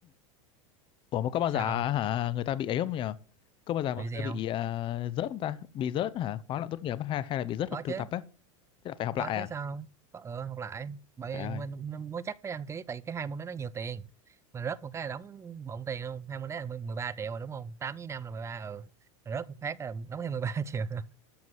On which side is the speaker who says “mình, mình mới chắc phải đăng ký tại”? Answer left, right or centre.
Right